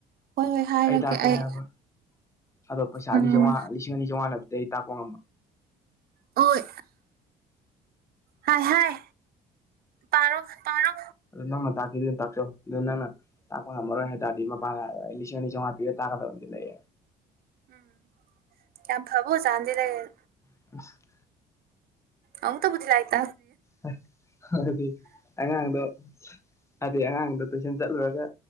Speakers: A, on the right; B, on the left.
A: ꯍꯣꯏ ꯍꯣꯏ ꯍꯥꯏꯔꯛꯀꯦ
B: ꯇꯥꯛꯀꯦ
A: ꯑꯩ
B: ꯍꯥꯏꯔꯕ ꯑꯗꯣ ꯄꯩꯁꯥ
A: ꯎꯝ
B: ꯑꯅꯤ ꯆꯥꯝꯉꯥ ꯂꯤꯁꯤꯡ ꯑꯅꯤ ꯆꯥꯝꯃꯉꯥ ꯅꯠꯇ꯭ꯔꯗꯤ ꯑꯩ ꯇꯥꯛꯄ ꯉꯝꯃꯣꯏ
A: ꯍꯣꯏ ꯍꯥꯏ ꯍꯥꯏ ꯄꯥꯔꯣ ꯄꯥꯔꯣ
B: ꯑꯗꯣ ꯅꯪꯅ ꯇꯥꯛꯀꯦꯗꯤ ꯇꯥꯛꯆꯧ ꯑꯗꯨ ꯅꯪꯅ ꯇꯥꯛꯄ ꯉꯝꯃꯔꯣꯏ ꯍꯥꯏꯇꯔꯗꯤ ꯃꯄꯥꯗ ꯍꯥꯏꯌꯣ ꯑꯩ ꯂꯤꯁꯤꯡ ꯑꯅꯤꯆꯥꯝꯉ ꯄꯤꯔꯥ ꯇꯥꯛꯀꯗꯕ ꯑꯃꯗꯤ ꯂꯩ
A: ꯎꯝ ꯌꯥꯝ ꯐꯕ ꯑꯣꯖꯥ ꯑꯃꯥꯗꯤ ꯂꯩꯌꯦꯅ
B: <unintelligible>
A: ꯑꯃꯨꯛ ꯇꯕꯨꯨꯗꯤ ꯂꯥꯏꯔꯤꯛꯇ
B: ꯑ ꯑꯗꯨꯗꯤ ꯑꯉꯥꯡꯗ ꯑꯗꯨꯏ ꯑꯉꯥꯡꯗꯣ ꯇꯨꯏꯁꯟ ꯆꯠꯂꯨꯔꯒ